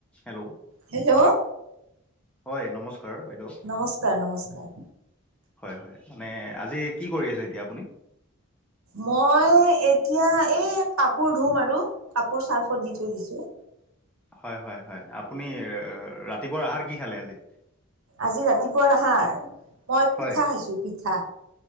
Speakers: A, in the centre; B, on the right.
A: হেল্ল'
B: হেল্ল'
A: হয় নমস্কাৰ বাইদেউ
B: নমস্কাৰ, নমস্কাৰ
A: হয়, হয়, মানে আজি কি কৰি আছে এতিয়া আপুনি?
B: মই এতিয়া এই কাপোৰ ধুম আৰু। কাপোৰ চাৰ্ফত দি থৈ দিছোঁ।
A: হয়-হয়-হয়, আপুনি ৰাতিপুৱা আহাৰ কি খালে আজি?
B: আজি ৰাতিপুৱা আহাৰ? মই পিঠা
A: হয়
B: খাইছো পিঠা।